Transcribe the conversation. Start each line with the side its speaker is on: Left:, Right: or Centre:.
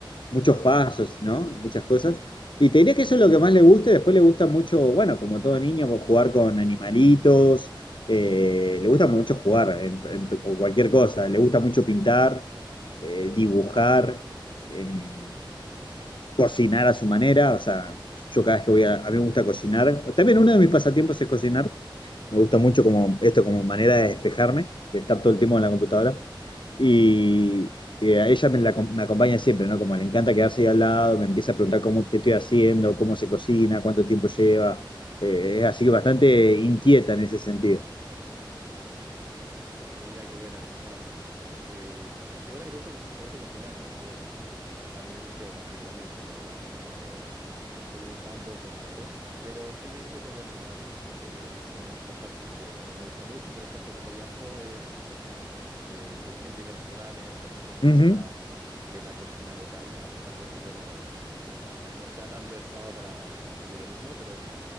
Left: muchos pasos, ¿no? Muchas cosas. Y te diría que eso es lo que más le gusta. y Después le gusta mucho, bueno, como todo niño, pues, jugar con animalitos. eh, le gusta mucho jugar en, en- con cualquier cosa. Le gusta mucho pintar, eh, dibujar. em, cocinar a su manera, o sea, yo cada vez que voy a, a mí me gusta cocinar, también uno de mis pasatiempos es cocinar, me gusta mucho como esto como manera de despejarme, de estar todo el tiempo en la computadora, y, y a ella me, la- acom- me acompaña siempre, ¿no? Como le encanta quedarse ahí al lado, me empieza a preguntar cómo, qué estoy haciendo, cómo se cocina, cuánto tiempo lleva, eh, es así que bastante inquieta en ese sentido.
Right: Mira, qué buena. Bueno, eh, qué buena que te guste, te guste cocinar. Bueno, yo principalmente o particularmente, en verdad, no, no soy un tan buen cocinero, pero sí disfruto, bueno, igual, eh, una de mis cosas que también me gusta mucho, por ejemplo, cuando viajo Eh, por ejemplo, ir a restaurantes, conocer un poco
Left: Ujú,
Right: de la, de la cocina local, a pesar de que yo no, no, <laughs> no sea tan versado para, para hacerlo yo mismo, pero,